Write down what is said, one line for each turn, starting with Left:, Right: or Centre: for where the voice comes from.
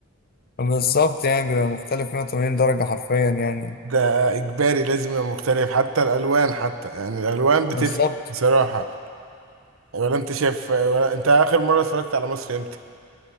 Left: بالظبط يعني بيبقى مختلف 180 درجه حرفيا يعني
Right: ده اجباري لازم يبقى مختلف حتى الالوان حتى يعني الالوان بتفرق
Left: بالظبط
Right: بصراحة ولا انت شايف ولا انت اخر مرة اتفرجت على مصر امتى